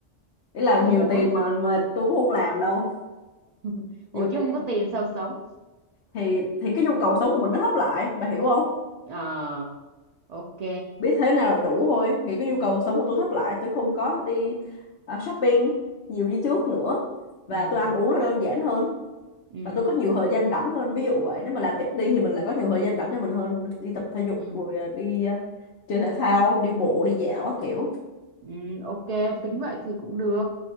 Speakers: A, on the left; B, on the right.
A: ý là nhiều
B: Chứ ủa
A: tiền mà mệt tôi cũng không làm đâu
B: <laughs> ủa
A: nhiều
B: chứ
A: tiền
B: không có tiền sao sống
A: thì thì cái nhu cầu sống của mình nó hấp lại bà hiểu không
B: ờ ok
A: biết thế nào là đủ thôi thì cái nhu cầu sống của tôi thấp lại tôi không có đi à, shopping nhiều như trước nữa và
B: ừ
A: tôi ăn uống nó đơn giản hơn
B: ừ
A: và tôi có nhiều thời gian rảnh hơn ví dụ vậy nếu mà làm ít đi thì mình lại có nhiều thời gian rảnh cho mình hơn đi tập thể dục
B: ừ
A: rồi à, đi à, chơi thể thao đi bộ đi dạo các kiểu
B: Ừ, ok tính vậy thì cũng được